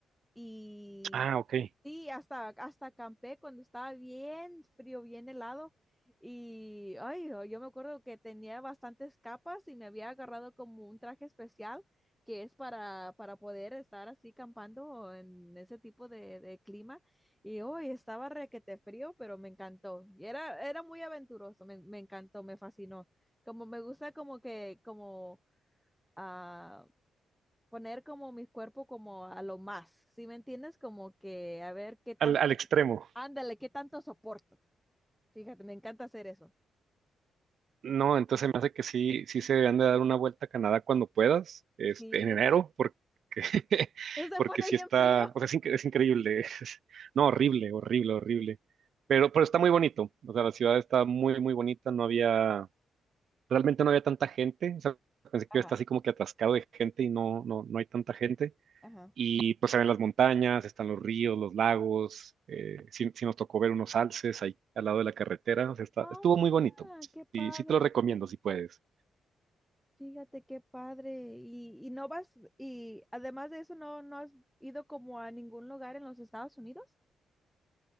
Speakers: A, in the centre; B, on the right.
A: Y
B: Ah, ok,
A: sí, hasta, hasta acampé cuando estaba bien frío, bien helado. Y ay, oh, yo me acuerdo que tenía bastantes capas y me había agarrado como un traje especial que es para, para poder estar así campando en ese tipo de, de clima. Y hoy estaba requete frío, pero me encantó. Y era, era muy aventuroso, me, me encantó, me fascinó. Como me gusta como que, como ah, poner como mi cuerpo como a lo más, ¿sí me entiendes? Como que a ver qué tanto,
B: al, al
A: so-
B: extremo.
A: ándale, qué tanto soporto. Fíjate, me encanta hacer eso.
B: No, entonces me hace que sí, sí se deberían de dar una vuelta a Canadá cuando puedas, este,
A: Sí,
B: en
A: ¿verdad?
B: enero, porque, <laughs>
A: <laughs> Se
B: porque
A: pone
B: sí
A: bien
B: está,
A: frío.
B: o sea, es, incre- es increíble, <laughs> es- no, horrible, horrible, horrible, pero, pero está muy bonito, o sea, la ciudad está muy, muy bonita, no había, realmente no había tanta gente, o sea, pensé que
A: Ajá,
B: iba a estar así como que atascado de gente y no, no, no hay tanta gente,
A: ajá.
B: y pues se ven las montañas, están los ríos, los lagos. eh, sí, sí nos tocó ver unos alces ahí al lado de la carretera. o sea, está-
A: Ah,
B: estuvo
A: mira,
B: muy bonito.
A: qué padre.
B: Sí, sí te lo recomiendo si puedes.
A: Fíjate qué padre. Y, y no vas, y además de eso, no, no has ido como a ningún lugar en los Estados Unidos.